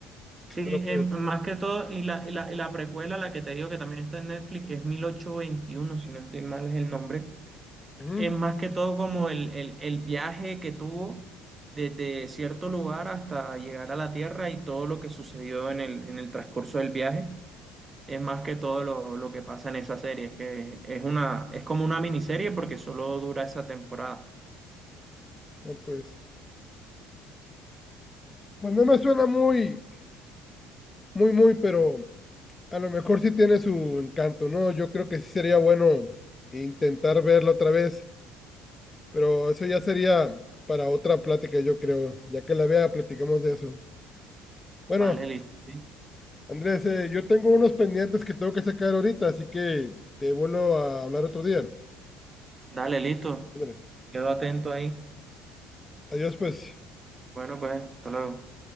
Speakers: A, on the right; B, on the left.
A: Sí,
B: Pero
A: eh,
B: pues,
A: más que todo, y la, y la, y la precuela, la que te digo que también está en Netflix, que es mil ochocientos veintiuno si no estoy mal es el nombre.
B: ujú,
A: Es más que todo como el, el, el viaje que tuvo desde cierto lugar hasta llegar a la Tierra y todo lo que sucedió en el, en el transcurso del viaje. Es más que todo lo, lo que pasa en esa serie. Es que es una, es como una miniserie porque solo dura esa temporada.
B: no, pues, pues no me suena muy, muy, muy, pero a lo mejor sí tiene su encanto, ¿no? Yo creo que sí sería bueno intentar verlo otra vez, pero eso ya sería para otra plática, yo creo. Ya que la vea, platicamos de eso. Bueno,
A: Vale, listo. sí.
B: Andrés, eh, yo tengo unos pendientes que tengo que sacar ahorita, así que te vuelvo a hablar otro día.
A: Dale, listo.
B: Ándale.
A: Quedo atento ahí.
B: Adiós, pues.
A: Bueno, pues, hasta luego.